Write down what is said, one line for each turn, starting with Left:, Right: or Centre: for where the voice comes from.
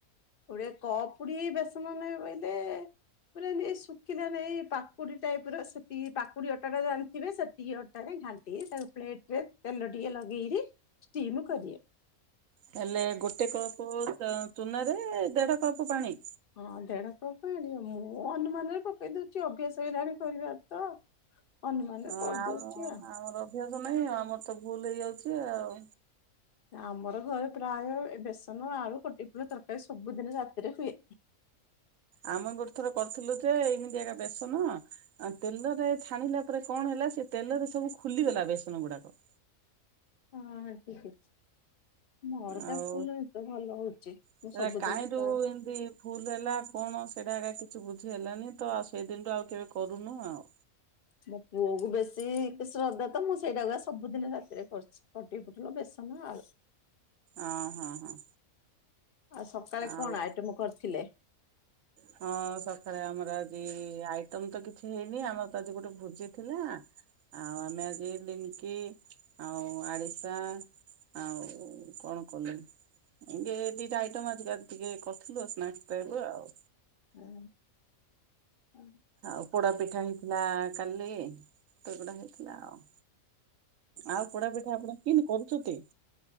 Left: ଗୋଟେ କପରେ ବେସନ ନେବେ ବୋଇଲେ ପୁରା ଯେମିତି ଶୁଖିଲା ନାଇଁ ପାକୁଡି ଟାଇପ ର ସେତିକି ପାକୁଡି ଅଟା ଟା ଜାଣିଥିବେ ସେତିକି ଅଟାରେ ଘା ତେଜ ଆଉ ପ୍ଲେଟ୍ ରେ ତେଲ ଟିକେ ଲଗେଇକି ଷ୍ଟିମ୍ କରି ଦିଏ।
Right: ହେଲେ ଗୋଟେ ଅ କପ୍ ଚୁନା ରେ ଦେଢ କପ୍ ପାଣି।
Left: ହଁ ଦେଢ କପ୍ ଇଣେ ମୁଁ ଅନୁମାନରେ ପକେଇ ଦଉଛି ଅଭ୍ୟାସ ହେଇଲାଣି କରିବା ତ। ଅନୁମାନରେ
Right: ହଁ
Left: କରିଦଉଛି
Right: ଆଉ ଆମର ଅଭ୍ୟାସ ନାହିଁ ଆମର ତ ଭୁଲ ହେଇଯାଉଛି ଆଉ।
Left: ଆମର ଘରେ ପ୍ରାୟ ବେସନ ଆଳୁ କଟିକ ପୋଟଳ ତରକାରୀ ସବୁଦିନ ରାତିରେ ହୁଏ।
Right: ଆମେ ଗୋଟେ ଥର କରିଥିଲୁ ଯେ ଏଇମିତିକା ବେସନ ଆ ତେଲରେ ଛାଣିଲା ପରେ କଣ ହେଲା ସେ ତେଲରେ ସବୁ ଖୁଲିଗଲା ବେସନ ଗୁଡାକ।
Left: ହଁ ଠିକଛେ। ମୋର କାଇଁ
Right: ଆଉ
Left: ଫୁଲଏ ତ ଭଲ ହଉଛି ମୁଁ
Right: ସେଟା
Left: ସବୁଦିନେ
Right: କାହିଁରୁ
Left: ପ୍ରାୟେ
Right: ଏମିତି ଭୁଲ ହେଲା କଣ ସେଇଟା ଏକା କିଛି ବୁଝି ହେଲାନି ତ ଆଉ ସେଇଦିନୁ ଆଉ କେବେ କରୁନୁ ଆଉ।
Left: ମୋ ପୁଅ କୁ ବେଶୀ ଶ୍ରଦ୍ଧା ତ ମୁଁ ସେଇଟାକୁ ସବୁଦିନ ରାତିରେ କରୁଛି। କଟିକୁ ପୁଟଲ ବେସନ ଆଳୁ।
Right: ଆଁ ହଁ ହଁ।
Left: ଆଉ ସକାଳେ କଣ
Right: ଆଉ
Left: ଆଇଟମ କରିଥିଲେ?
Right: ହଁ ସକାଳେ ଆମର ଆଜି ଆଇଟମ ତ କିଛି ହେଇନି। ଆମର ତ ଆଜି ଗୋଟେ ଭୋଜି ଥିଲା। ଆଉ ଆମେ ଆଜି ଲିମକି ଆଉ ଆରିଶା ଆଉ କଣ କଲେନି ଏମିତି ଦିଟା ଆଇଟମ ଆଜିକାଲି ଟିକେ କରିଥିଲୁ ଆଉ ସ୍ନାକ୍ସ ଟାଇପ୍ ର ଆଉ।
Left: ଏ ହଁ।
Right: ଆଉ ପୋଡା ପିଠା ହେଇଥିଲା କାଲି ସେଗୁଡା ହେଇଥିଲା ଆଉ। ଆଉ ପୋଡା ପିଠା ଆପଣ କିଇତି କରୁଛନ୍ତି?